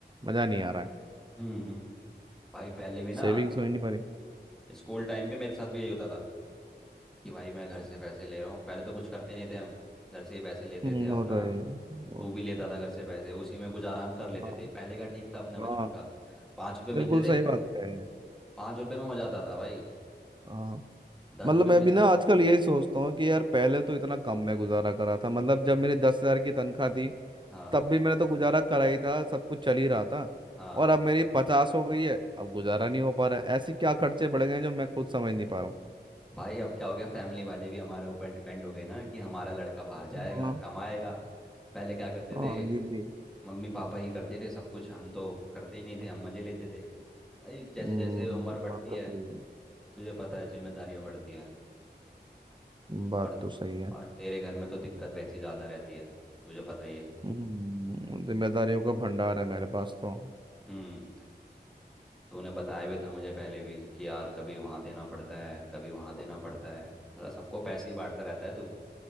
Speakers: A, on the right (about 25°); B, in the centre.
A: मजा नहीं आ रहा है
B: हम्म हम्म भाई पहले भी ना
A: सेविंग्स हो ही नहीं पा रही
B: स्कूल टाइम पे मेरे साथ भी यही होता था कि भाई मैं घर से पैसे ले रहा हूँ पहले तो कुछ करते नहीं थे हम घर से ही पैसे लेते
A: हम्म,
B: थे अपना
A: वो तो है ही। वो-
B: तू भी लेता था घर से पैसे उसी में गुजारा हम कर लेते
A: हाँ
B: थे पहले का ठीक था अपने
A: हाँ
B: बचपन का पाँच रुपए मिलते
A: बिल्कुल
B: थे
A: सही बात है
B: पाँच रुपए में हो जाता था भाई
A: हाँ
B: दस
A: मतलब
B: रुपए
A: मैं
B: मिलते
A: भी ना आजकल यही सोचता हूँ कि यार पहले तो इतना कम में गुजारा करा था मतलब जब मेरी दस हजार की तनख्वाह थी
B: हाँ
A: तब भी मैंने तो गुजारा करा ही था सब कुछ चल ही रहा था
B: हाँ
A: और अब मेरी पचास हो गई है अब गुजारा नहीं हो पा रहा है ऐसे क्या खर्चे बढ़ गए हैं जो मैं खुद समझ नहीं पा रहा
B: भाई अब क्या हो गया फैमिली वाले भी हमारे ऊपर डिपेंड हो गए ना कि हमारा लड़का बाहर जाएगा
A: हूँ हाँ
B: कमाएगा पहले क्या करते
A: हाँ
B: थे
A: ये भी
B: मम्मी पापा ही करते थे सब कुछ हम तो करते ही नहीं थे हम मजे लेते थे भाई जैसे
A: हम्म
B: जैसे उम्र बढ़ती
A: बात तो
B: है
A: सही है
B: तुझे पता है जिम्मेदारियां बढ़ती है
A: बात
B: और
A: तो सही है
B: और तेरे घर में तो दिक्कत वैसी ज़्यादा रहती है तुझे पता ही है
A: हम्म, जिम्मेदारियों का भंडार है मेरे पास तो
B: हम्म तूने बताया भी था मुझे पहले भी कि यार कभी वहाँ देना पड़ता है कभी वहाँ देना पड़ता है मतलब सबको पैसे ही बांटता रहता है तू